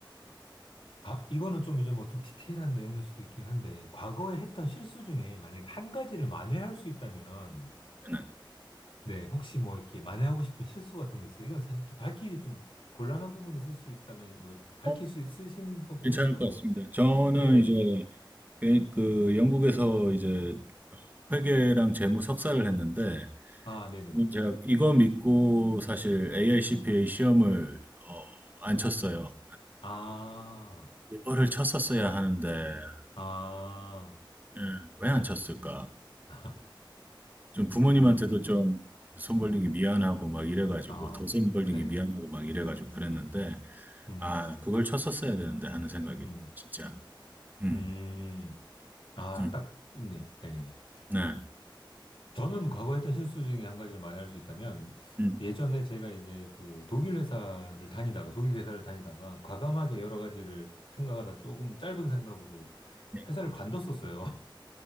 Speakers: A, on the left; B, on the right.
A: 아, 이거는 좀 이제 뭐 좀 디테일한 내용일 수도 있긴 한데, 과거에 했던 실수 중에 만약에 한 가지를 만회할 수 있다면,
B: 네.
A: 네, 혹시 뭐 이렇게 만회하고 싶은 실수 같은 거 있어요? 이건 사실 또 밝히기 좀 곤란한 부분이 있을 수 있다면, 뭐, 밝힐
B: 어,
A: 수 있으신 그 부분에서
B: 괜찮을 것
A: 뭐,
B: 같습니다. 저는
A: 네네.
B: 이제 그, 그 영국에서 이제 회계랑 재무 석사를 했는데
A: 아, 네네네.
B: 제가 이거 믿고 사실 AICPA 시험을 어, 안 쳤어요.
A: 아,
B: 이거를 쳤었어야 하는데
A: 아,
B: 예, 왜안 쳤을까?
A: <laughs>
B: 좀 부모님한테도
A: 음,
B: 좀 손 벌린
A: 네,
B: 게 미안하고 막 이래가지고
A: 아,
B: 더 손 벌린
A: 네,
B: 게 미안하고 막 이래가지고 그랬는데
A: 음,
B: 아 그걸 쳤었어야 되는데 하는 생각이
A: 음,
B: 진짜 음,
A: 음, 아,
B: 음,
A: 딱 있네요. 네.
B: 네,
A: 저는 과거 했던 실수 중에 한 가지를 말할 수 있다면,
B: 음,
A: 예전에 제가 이제 그 독일 회사를 다니다가, 독일 회사를 다니다가, 과감하게 여러 가지를 생각하다 조금 짧은 생각으로
B: 네,
A: 회사를 관뒀었어요.